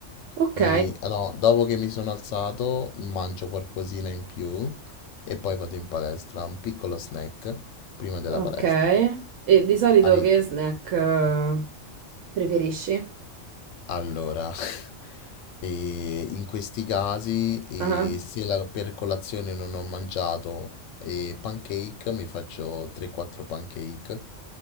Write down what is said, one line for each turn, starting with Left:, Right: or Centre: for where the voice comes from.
Right: Ok,
Left: Mi- ah, no, dopo che mi sono alzato, mangio qualcosina in più e poi vado in palestra, un piccolo snack prima della
Right: ok.
Left: palestra.
Right: E di solito
Left: Ari-
Right: che snack eh, preferisci?
Left: Allora, <laughs> eh, in questi casi,
Right: Ah,
Left: eh, se la- per colazione non ho mangiato eh, pancake, mi faccio 3-4 pancake